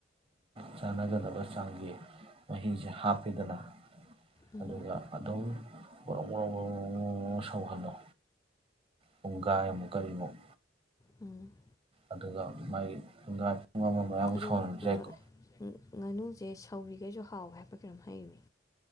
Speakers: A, on the right; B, on the left.
A: ꯆꯥꯟꯅꯒꯗꯕ ꯆꯥꯡꯒꯤ ꯃꯍꯤꯁꯦ ꯍꯥꯞꯄꯤꯗꯅ꯫
B: ꯎꯝ
A: ꯑꯗꯨꯒ
B: ꯎꯝ
A: ꯑꯗꯨꯝ ꯕ꯭ꯔꯣ ꯕ꯭ꯔꯣ ꯕ꯭ꯔꯣ ꯁꯧꯍꯟꯂꯣ꯫ ꯄꯨꯡꯒꯥꯏ ꯃꯨꯛ ꯀꯔꯤꯃꯨꯛ꯫
B: ꯎꯝ
A: ꯑꯗꯨꯒ ꯃꯥꯒꯤ ꯄꯨꯡꯒꯥꯏ ꯄꯨꯡ ꯑꯃ ꯃꯌꯥꯃꯨꯛ
B: ꯑꯗꯣ
A: ꯁꯧꯍꯟꯕꯁꯨ ꯌꯥꯏꯀꯣ
B: ꯚꯥꯏ ꯡ ꯉꯥꯅꯨꯁꯦ ꯁꯦ ꯁꯧꯔꯤꯈꯩꯁꯨ ꯍꯥꯎꯋꯦ ꯍꯥꯏꯄ ꯀꯩꯅꯣꯝ ꯍꯥꯏꯅꯦ꯫